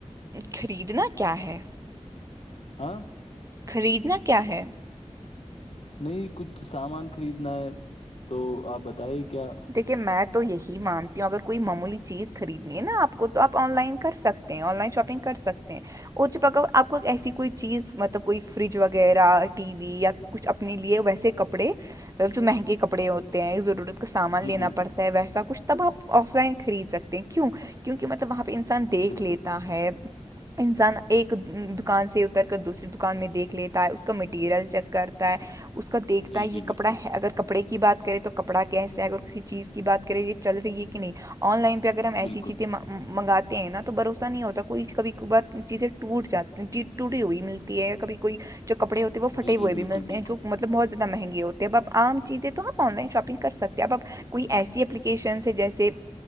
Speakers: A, on the right; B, on the left.
A: خریدنا کیا ہے
B: ہاں
A: خریدنا کیا ہے
B: نہیں کچھ سامان خریدنا ہے تو آپ بتائیے کیا
A: کہ میں تو یہی مانتی ہوں اگر کوئی معمولی چیز خریدنی ہے نا آپ کو تو آپ آن لائن کر سکتے آن لائن شاپنگ کر سکتے ہیں اچ پکا آپ کو ایسی کوئی چیز مطلب کوئی فریج وغیرہ ٹی وی یا کچھ اپ اپنے لیے ویسے کپڑے مطلب جو مہنگے کپڑے ہوتے ہیںور کا سامان
B: جی
A: لینا
B: بالکل
A: پڑتا ہے ویسا کچھ تب آپ آف لائن خرید سکتے ہیں کیوں کیونکہ مطلب وہاں پہ انسان دیکھ
B: بالکل
A: لیتا ہے انسان ایک دکان سے اتر کر دوسری دکان میں دیکھ لیتا ہے اس کا مٹیریل چیک کرتا ہے اس کا دیکھتا
B: جی
A: ہے یہ
B: جی
A: کپڑا
B: بالکل
A: ہے اگر کپڑے کی بات کریں تو کپڑا کیسا اگر کسی چیز کی بات کریں یہ چل رہی ہے کہ نہیں آن لائن پہ اگر ہم ایسی
B: بالکل
A: چیزیں منگاتے ہیں نا تو بھروسہ نہیں ہوتا کوئی کبھی کبھار چیزیں ٹوٹ جات ٹوٹی ہوئی ملتی ہے کبھی کوئی جو کپڑے ہوتے ہیں وہ فھٹے
B: جی جی
A: ہوئے بھی
B: بالکل
A: ملتے
B: بالکل
A: ہیں جو ملب مب بت زیادہنی ہوتے ہیں اب عام چزیں تو آن لن شاپ کر سکتے ہیں اب اپ کوئی ایسی اپپلیکیشنس ہے جیسے